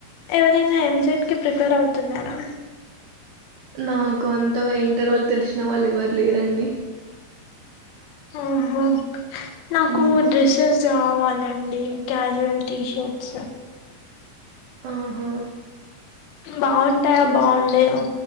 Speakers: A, on the left (about 75°); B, on the right (about 85°).
A: ఎవరైనా ఎం. సెట్ కి ప్రిపేర్ అవుతున్నారా?
B: నాకు అంతగా ఇంటర్ వాళ్ళు తెలిసిన వాళ్ళు ఎవరు లేరండి.
A: ఓహో నాకు
B: హ్మ్
A: డ్రెస్సెస్ కావాలండి. క్యాజువల్ టీ షర్ట్స్
B: ఆహా
A: బాగుంటాయా,
B: చూ
A: బాగుండేయో?